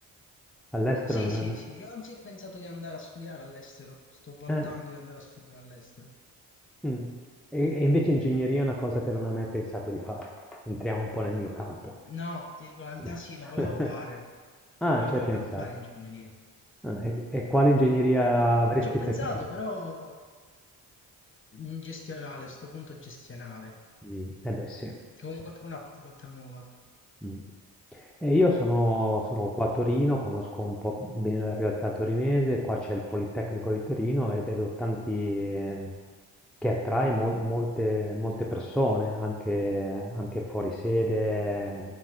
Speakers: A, in the centre; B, on the left.
A: All'estero
B: Sì,
A: non
B: sì,
A: è mai...
B: sì, io anzi ho pensato di andare a studiare all'estero, sto valutando
A: eh,
B: di andare a studiare all'estero.
A: mm. E, e invece ingegneria è una cosa che non hai mai pensato di fare. Entriamo un po' nel mio campo.
B: No, ti dico la verità,
A: <laughs>
B: sì, lo volevo fare. Ti
A: Ah,
B: dico la verità,
A: ci hai
B: volevo
A: pensato.
B: fare ingegneria.
A: Ah, e, e quale ingegneria avresti
B: Ci ho pensato,
A: preferito?
B: però in gestionale, a sto punto gestionale,
A: Mm. Eh beh, sì.
B: che
A: sì.
B: comunque è pure una facoltà nuova.
A: Mh. E io sono sono qua a Torino, conosco un po' bene la realtà torinese, qua c'è il Politecnico di Torino e vedo tanti ehm, che attrae mol molte molte persone, anche anche fuori sede,